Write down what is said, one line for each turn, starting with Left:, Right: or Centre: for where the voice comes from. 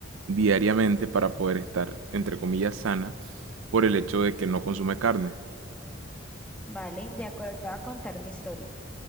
Right: diariamente para poder estar, entre comillas, sana por el hecho de que no consume carne.
Centre: Vale, de acuerdo, te voy a contar mi historia.